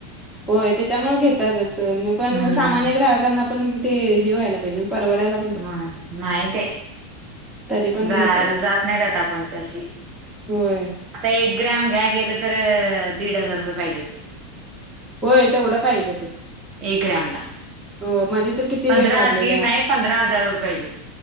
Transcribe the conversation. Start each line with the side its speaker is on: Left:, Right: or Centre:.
Centre: होय त्याच्यामुळे घेतातच पण
Right: हम्म
Centre: सामान्य ग्राहकांना पण ते हे व्हायला पाहिजे परवड्याला
Right: हा नाहीय ते
Centre: तरी पण
Right: जा
Centre: घेतात
Right: जात नाहीत आता कोणतशी
Centre: होय
Right: आता एक ग्रॅम घ्या गेलं तर दीड हजार रुपये पाहिजे
Centre: होय तेवढा पाहिजेतच
Right: एक ग्रॅम ला
Centre: हो मध तर किती
Right: पंधरा
Centre: रेट वाढलेला
Right: दीड नाही पंधरा हजार रुपये पाहिजे